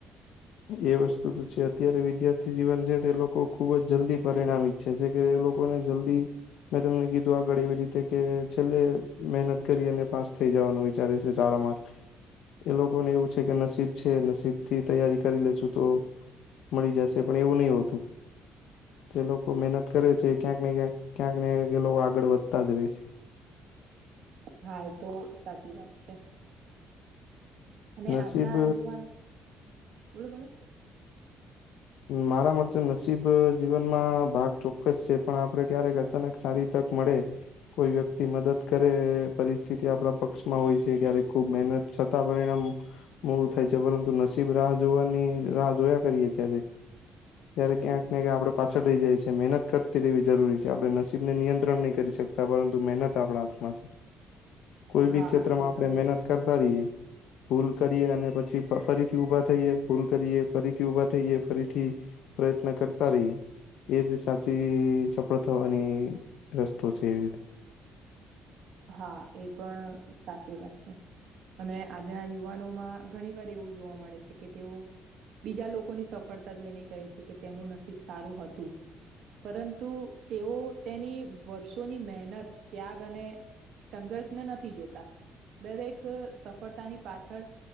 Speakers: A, on the left; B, on the right.
A: એ વસ્તુ તો છે અત્યારે વિદ્યાર્થી જીવન છે તે લોકો ખુબ જ જલ્દી પરિણામી છે છે કે એ લોકોને જલ્દી મેં તમને કીધું આગળ એવી રીતે કે છેલ્લે મહેનત કરી અને પાસ થઈ જવાનું વિચારે છે. સારા માર્ક થી એ લોકોને એવું છે કે નસીબ છે નસીબ થી તૈયારી કરી લેશું તો મળી જશે પણ એવું નહી હોતું. જે લોકો મહેનત કરે છે એ ક્યાંકને ક્યાંક ક્યાંક ને ક્યાંક એ લોકો આગળ વધતા જ રહે છે.
B: હા એ તો સાચી વાત છે. અને
A: નસીબ
B: આજના યુવાન, બોલો બોલો.
A: મારા માટે નસીબ જીવનમાં ભાગ ચોક્કસ છે પણ આપડે ક્યારેક અચાનક સારી તક મળે. કોઈ વ્યક્તિ મદદ કરે પરિસ્થિતિ આપણા પક્ષમાં હોય છે ક્યારેક ખૂબ મહેનત છતાં પરિણામ મોળું થાય છે પરંતુ નસીબ રાહ જોવાની રાહ જોયા કરીએે ત્યારે. ત્યારે ક્યાંક ને ક્યાંક આપડે પાછળ રહી જાય છીએ મહેનત કરતી રહેવી જરૂરી છે આપણે નસીબને નિયંત્રણ નહીં કરી શકું. પરંતુ મહેનત આપણા હાથમાં છે. કોઈ ભી
B: હા
A: ક્ષેત્રમાં
B: એ
A: આપણે
B: તો
A: મહેનત કરતા રહીએ ભૂલ કરીએ અને પછી ફરીથી ઉભા થઈએ, ભૂલ કરીએ ફરીથી ઊભા થઈએ. ફરીથી પ્રયત્ન કરતા રહીએ. એ જ સાચી સફળ થવાની રસ્તો છે એવી રીતે.
B: હા એ પણ સાચી વાત છે. અને આજના યુવાનો માં ઘણી વાર એવું જોવા મળે છે કે તેઓ બીજા લોકોની સફળતા જોઈને કહે છે કે તેનું નસીબ સારું હતું. પરંતુ તેઓ તેની વર્ષોની મહેનત ત્યાગ અને સંઘર્ષને નથી જોતા દરેક સફળતાની પાછળ